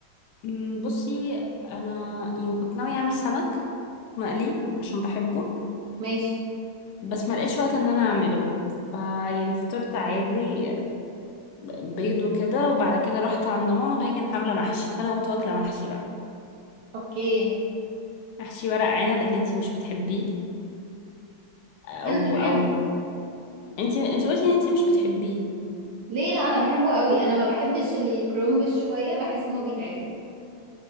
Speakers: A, on the left; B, on the right.
A: أمم، بصي انا يعني كنت ناويه اعمل سمك مقلي عشان بحبه
B: ماشي
A: بس ما لقيتش وقت ان انا اعمله فيعني فطرت عادي بيض وكده وبعد كده رحت عند ماما فهي كانت عاملة محشي فأنا قمت واكلة محشي بقى
B: اوكي
A: محشي ورق عنب اللي انتي مش بتحبيه
B: انا
A: او
B: بحبه
A: او انتي انتي قلتي ان انتي مش بتحبيه
B: ليه لا انا بحبه قوي انا ما بحبش الكرومبش شوية بحس ان هو بيتعبني